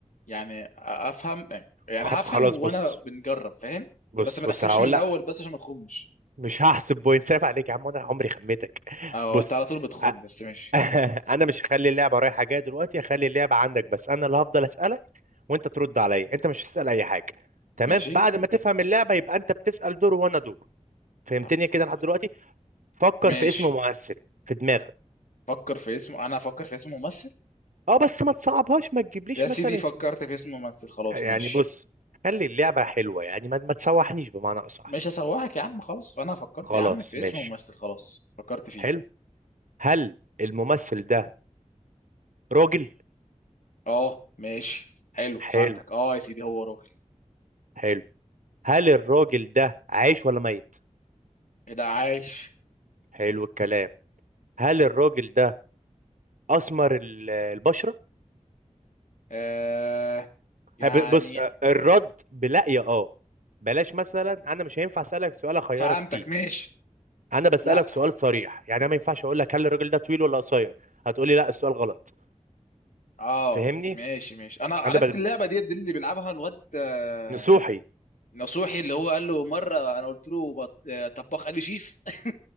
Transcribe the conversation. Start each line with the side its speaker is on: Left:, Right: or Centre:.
Left: يعني أ- افهم يعني
Right: خ-
Left: هفهم
Right: خلاص
Left: وانا
Right: بص
Left: بنجرب فاهم
Right: بص
Left: بس ما تحسبش
Right: بص هقول
Left: من الاول
Right: لا
Left: بس عشان ما تخمش
Right: مش هحسب بوينت سايف عليك يا عم انا عمري خميتك
Left: اه
Right: بص
Left: انت على طول بتخم
Right: أ-
Left: بس ماشي
Right: <laughs> انا مش هخلي اللعبه رايحه جايه دلوقتي هخلي اللعبه عندك بس انا اللي هفضل اسالك وانت ترد عليا انت مش هتسال اي حاجه تمام
Left: ماشي
Right: بعد ما تفهم اللعبه يبقى انت بتسال دور وانا دور فهمتني
Left: طب
Right: كده
Left: خ-
Right: لحد دلوقتي فكر
Left: ماشي
Right: في اسم ممثل في دماغك
Left: فكر في اسم انا افكر في اسم ممثل
Right: اه بس ما تصعبهاش ما تجيبليش
Left: يا سيدي
Right: مثلا
Left: فكرت
Right: اسم
Left: في اسم ممثل خلاص
Right: يعني
Left: ماشي
Right: بص خلي اللعبة حلوة يعني ما, ما تسوحنيش بمعنى أصح
Left: مش هسوحك يا عم خلاص فانا فكرت
Right: خلاص
Left: يا عم في
Right: ماشي
Left: اسم ممثل خلاص فكرت فيه
Right: حلو هل الممثل ده راجل
Left: اه ماشي حلو فهمتك
Right: حلو
Left: اه يا سيدي هو راجل
Right: حلو هل الراجل ده عايش ولا ميت
Left: ايه ده عايش
Right: حلو الكلام هل الراجل ده أسمر ال- البشرة
Left: آه، يعني
Right: هب- بص آه، الرد بلا يا اه بلاش مثلا انا مش هينفع اسالك سؤال اخيرك
Left: فهمتك
Right: فيه
Left: ماشي
Right: انا بسالك
Left: لا
Right: سؤال صريح يعني انا ما ينفعش اقول لك هل الراجل ده طويل ولا قصير هتقولي لا السؤال غلط
Left: اه
Right: فهمني
Left: ماشي ماشي انا عرفت
Right: انا بل...
Left: اللعبه دي, دي اللي بيلعبها الواد آه،
Right: نصوحي
Left: نصوحي اللي هو قال له مره انا قلت له بط... آه، طباخ قال لي شيف <laughs>